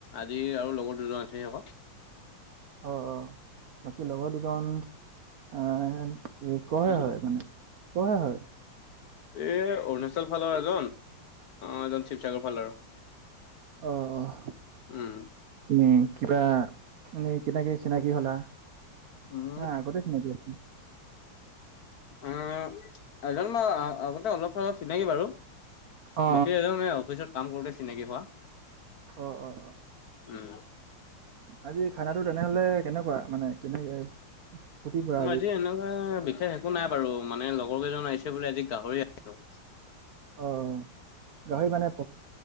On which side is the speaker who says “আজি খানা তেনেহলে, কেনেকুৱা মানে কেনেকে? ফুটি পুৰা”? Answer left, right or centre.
Right